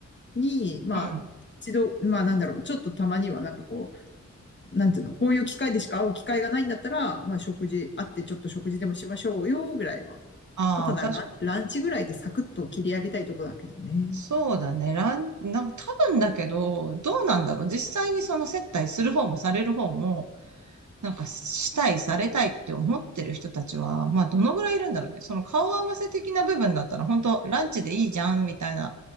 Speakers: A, on the left; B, on the right.
A: に、まあ一度、
B: うん。
A: まあなんだろう、ちょっとたまにはなんかこう、なんていうの、こういう機会でしか会う機会がないんだったら、まあ食事、会ってちょっと食事でもしましょうよ、ぐらいは。
B: ああ、
A: まあ、ただラン、
B: 確か
A: ランチぐらいでサクッと切り上げたいとこだけどね。
B: そうだね。ラン、なんか多分だけど、どうなんだろう。実際にその接待する方もされる方も、なんかしたい、されたいって思ってる人たちは、まあどのぐらいいるんだろうね。その顔合わせ的な部分だったら、本当ランチでいいじゃん、みたいな、